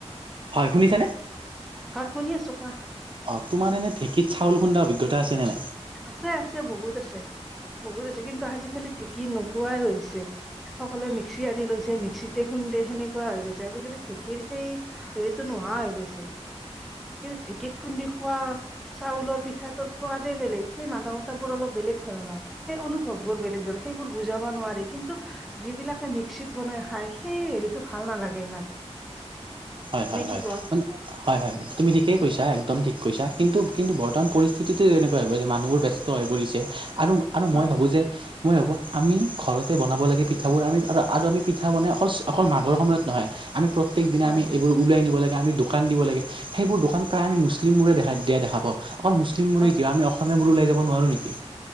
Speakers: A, on the right; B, in the centre.
A: হয় শুনিছানে
B: হয় শুনি আছো কোৱা
A: অ তোমাৰ এনে ঢেঁকীত চাল খুন্দা অভিজ্ঞতা আছে নে নাই
B: আছে আছে বহুত আছে বহুত আছে কিন্তু আজিকালি ঢেকী নোপোৱাই হৈছে সকলোৱে মিক্সি আনি লৈছে মিক্সিতে খুন্দে সেনেকুৱা হৈ গৈছে আজিকালি ঢেঁকীৰ সেই টো নোহোৱা হৈ গৈছে কিন্তু ঢেঁকীত খুন্দি খোৱা চাউলৰ পিঠাটোৰ সোৱাদে বেলেগ সেই মাদকতা বোৰ অলপ বেলেগ ধৰণৰ সেই অনুভৱ বোৰ বেলেগ সেইবোৰ বুজাব নোৱাৰি কিন্তু যিবিলাকে মিক্সিত বনাই খায় সেই হেৰিটো ভাল নালাগে ইমান
A: হয় হয়
B: নে
A: হয়
B: কি কোৱা
A: মানে হয় হয় তুমি ঠিকেই কৈছা একদম ঠিক কৈছা কিন্তু কিন্তু বৰ্তমান পৰিস্থিতিতো এনেকুৱা হৈ গৈছে যে মানুহবোৰ ব্যস্ত ব্যস্ত হৈ পৰিছে আৰু আৰু
B: হয়
A: মই ভাবো যে মই ভাবো আমি ঘৰতে বনাব লাগে পিঠাবোৰ আমি আৰু আমি পিঠা বনাই অকল অকল মাঘৰ সময়ত নহয় আমি প্ৰত্যেক দিনা
B: হয়
A: আমি এইবোৰ উলাই নিব লাগে আমি দোকান দিব লাগে সেইবোৰ দোকান প্ৰায় আমি মুছলিম বোৰে দেখা দিয়া পাওঁ অকল মুছলিমবোৰে
B: হয়
A: কিয় আমি অসমীয়াবোৰ ওলাই যাব নোৱাৰো নেকি।